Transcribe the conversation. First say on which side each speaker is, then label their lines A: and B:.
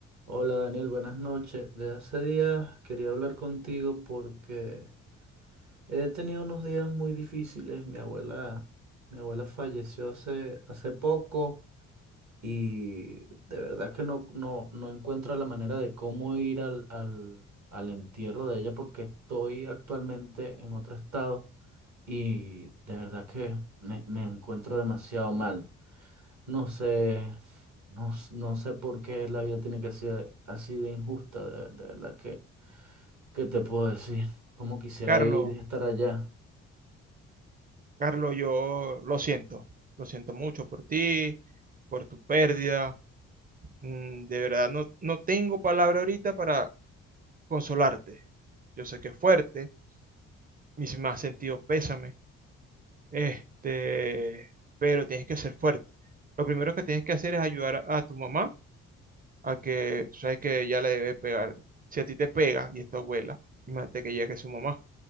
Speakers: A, on the right (about 45°); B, on the right (about 20°).
A: Hola Daniel, buenas noches. De hace días quería hablar contigo porque he tenido unos días muy difíciles. Mi abuela, mi abuela falleció hace, hace poco y de verdad que no, no, no encuentro la manera de cómo ir al, al, al entierro de ella porque estoy actualmente en otro estado y de verdad que me, me encuentro demasiado mal. No sé, no, s- no sé por qué la vida tiene que ser así de injusta, de, de verdad que, ¿qué te puedo decir? Cómo quisiera
B: Carlos,
A: ir y estar allá.
B: Carlos, yo lo siento, lo siento mucho por ti, por tu pérdida. Mm, De verdad, no, no tengo palabra ahorita para consolarte. Yo sé que es fuerte, mis más sentidos pésame, este, pero tienes que ser fuerte. Lo primero que tienes que hacer es ayudar a, a tu mamá a que, tú sabes que ya la debe pegar. Si a ti te pega y es tu abuela, imagínate que ya que su mamá